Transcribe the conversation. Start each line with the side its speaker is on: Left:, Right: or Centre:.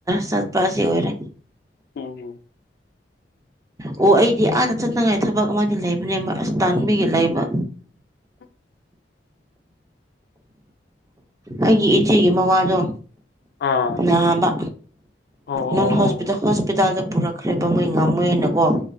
Right: ꯆꯠꯄ ꯑꯁꯤ ꯑꯣꯏꯔꯦ
Left: ꯎꯝ
Right: ꯑꯣ ꯑꯩꯗꯤ ꯑꯥꯗ ꯆꯠꯅꯉꯥꯏ ꯊꯕꯛ ꯑꯃꯗꯤ ꯂꯩꯕꯅꯦꯕ ꯑꯁ ꯇꯥꯟꯕꯤꯒ ꯂꯩꯕ
Left: <unintelligible>
Right: ꯑꯩꯒꯤ ꯏꯆꯦꯒꯤ ꯃꯋꯥꯗꯣ
Left: ꯑꯥ
Right: ꯅꯥꯕ
Left: ꯑꯣ ꯑꯣ
Right: ꯅꯣꯟ ꯍꯣꯁꯄꯤꯇꯥ
Left: ꯑꯣ
Right: ꯍꯣꯁꯄꯤꯇꯥꯜꯗ ꯄꯨꯔꯛꯈ꯭ꯔꯦꯕ ꯃꯣꯏ ꯉꯝꯃꯣꯏꯅꯀꯣ